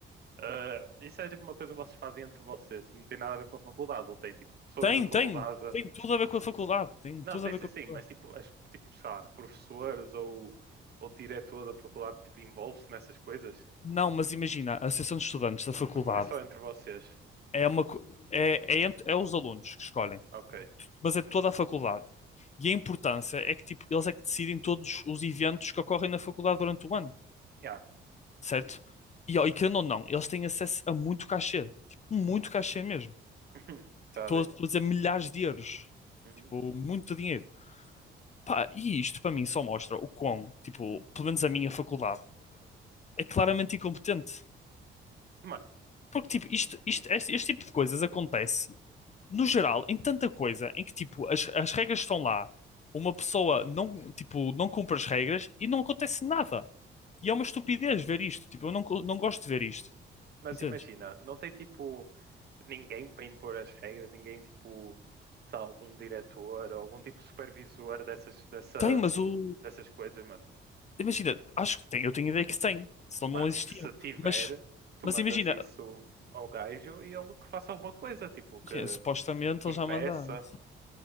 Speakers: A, on the right; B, on the left.
A: Ah, isso é tipo uma coisa que vocês fazem entre vocês, não tem nada a ver com a faculdade, ou tem tipo pessoas
B: Tem,
A: da faculdade.
B: tem, tem tudo a ver com a faculdade, tem
A: Não,
B: tudo
A: sei
B: a ver
A: se
B: com a
A: sim,
B: faculdade.
A: mas tipo, as, tipo, sei lá, professores ou, ou diretor da faculdade tipo, envolve-se nessas coisas?
B: Não, mas imagina, a Associação de Estudantes da faculdade
A: Ou é só entre vocês?
B: é uma co- é, é, ent- é os alunos que escolhem,
A: Ok.
B: mas é toda a faculdade. E a importância é que tipo, eles é que decidem todos os eventos que ocorrem na faculdade durante o ano.
A: Yeah.
B: certo? E, ó, e querendo ou não, eles têm acesso a muito cachê, tipo, muito cachê mesmo.
A: <laughs> Tá
B: Tipo,
A: bem.
B: Estou a dizer milhares de euros,
A: Uhum.
B: tipo, muito dinheiro. Pá, e isto para mim só mostra o quão, tipo, pelo menos a minha faculdade, é claramente incompetente.
A: Mano,
B: Porque, tipo, isto, isto, este, este tipo de coisas acontece, no geral, em tanta coisa, em que, tipo, as, as regras estão lá, uma pessoa não, tipo, não cumpre as regras e não acontece nada. E é uma estupidez ver isto, tipo, eu não, co- não gosto de ver isto,
A: Mas
B: entendes?
A: imagina, não tem tipo ninguém para impor as regras, ninguém tipo, sei lá, algum diretor ou algum tipo de supervisor dessas, dessa,
B: Tem, mas o,
A: dessas coisas, mano.
B: Imagina, acho que tem, eu tenho ideia que tem, senão
A: Mano,
B: não existiam.
A: que se tiver,
B: Mas,
A: tu
B: mas
A: mandas
B: imagina,
A: isso ao gajo e ele que faça alguma coisa, tipo, que,
B: imagina, supostamente
A: que
B: eles
A: impeça.
B: já mandaram.